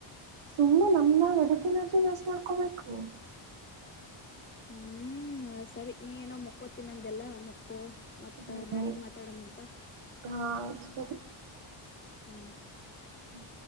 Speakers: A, on the right; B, on the left.
A: ಸುಮ್ನೆ ನಮ್ ಬಾಯಲ್ ಎದಕ್ ಎನರ್ಜಿ ವೇಸ್ಟ್ ಮಾಡ್ಕೊಬೇಕು
B: ಹ್ಮ್ ಸರಿ ನೀ ಏನೋ ಮಕ್ಕೋತ್ ತಿನಂದ್ಯಲ್ಲ ಮಕ್ಕೋ ಮತ್ತ
A: ಹ್ಮ್
B: ನಾಳೆಗ್ ಮಾತಾಡನಂತ
A: ಹಾ <inaudible>
B: ಹ್ಮ್
A: ಹ್ಮ್